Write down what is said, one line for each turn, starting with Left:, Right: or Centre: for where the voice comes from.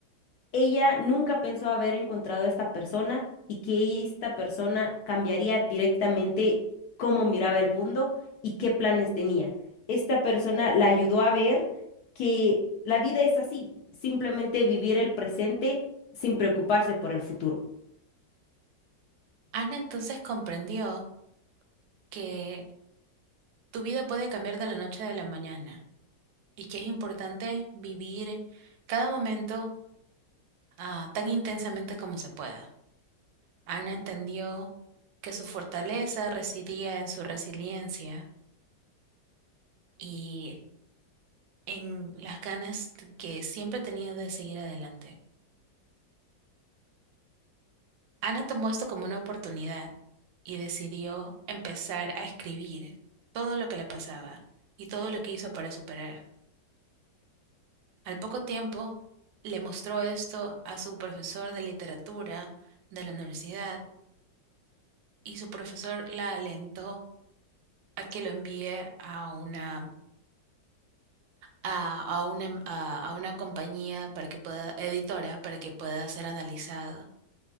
Left: ella nunca pensó haber encontrado a esta persona y que esta persona cambiaría directamente cómo miraba el mundo y qué planes tenía. Esta persona la ayudó a ver que la vida es así, simplemente vivir el presente sin preocuparse por el futuro.
Right: Ana entonces comprendió que tu vida puede cambiar de la noche a la mañana y que es importante vivir cada momento ah, tan intensamente como se pueda. Ana entendió que su fortaleza residía en su resiliencia y en las ganas que siempre tenía de seguir adelante. Ana tomó esto como una oportunidad y decidió empezar a escribir todo lo que le pasaba y todo lo que hizo para superar. Al poco tiempo, le mostró esto a su profesor de literatura de la universidad y su profesor la alentó a que lo envíe a una, a, a una, em- a a una compañía para que pueda, editora para que pueda ser analizado.